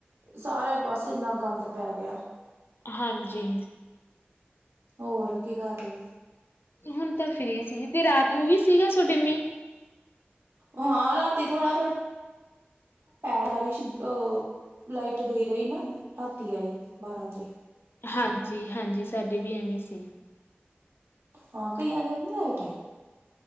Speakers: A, on the right; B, on the left.
A: ਸਾਰੇ ਪਾਸੇ ਇੰਨਾ ਗੰਦ ਪੈ ਗਿਆ।
B: ਹਾਂਜੀ।
A: ਹੋਰ ਕੀ ਕਰ ਰਹੇ?
B: ਹੁਣ ਤਾਂ ਫਰੀ ਸੀ ਜੀ ਤੇ ਰਾਤ ਨੂੰ ਵੀ ਸੀਗਾ ਤੁਹਾਡੇ ਮੀਂਹ।
A: ਹਾਂ, ਰਾਤੀ ਥੋੜਾ- ਥੋੜਾ ਬਾਰਿਸ਼ ਆਹ ਲਾਈਟ ਗਈ ਰਹੀ ਨਾ ਰਾਤੀ ਆਈ ਬਾਰਾਂ ਵਜੇ।
B: ਹਾਂਜੀ- ਹਾਂਜੀ ਸਾਡੇ ਵੀ ਐਵੇਂ ਸੀ।
A: ਹਾਂ ਕਈਆਂ ਦਿਨ ਨ ਲਾਈਟ ਆਈ।